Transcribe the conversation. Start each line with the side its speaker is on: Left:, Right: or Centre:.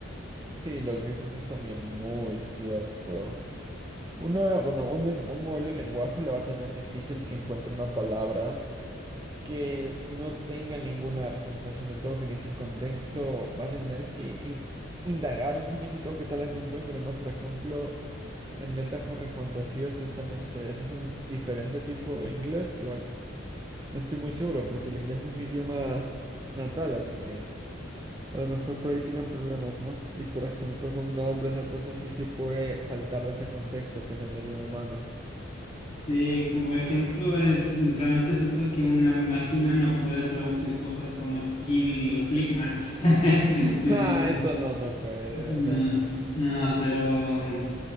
Right: Sí, lo que dices es también muy cierto. Una, bueno, un, len- un modelo de lenguaje la va a tener difícil si encuentra una palabra. que no tenga ninguna representación de token y sin contexto va a tener que in- indagar un significado que tal vez no encuentre, ¿no? Por ejemplo, en metáforas fantasiosas usan este, esos son diferente tipo de inglés, igual no estoy muy seguro porque el inglés no es mi idioma natal, así que a lo mejor por ahí tienen problemas, ¿no? Y por ejemplo, con nombres o cosas así sí puede faltar de ese contexto que entendería un humano.
Left: Sí, como ejemplo, es realmente siento que una máquina no puede traducir cosas como Skibidi o Sigma. <laughs>
Right: <laughs>
Left: Sí,
Right: ¡Ja!
Left: digo.
Right: Eso no, no puede,
Left: No,
Right: de verdad, no.
Left: no, pero mm,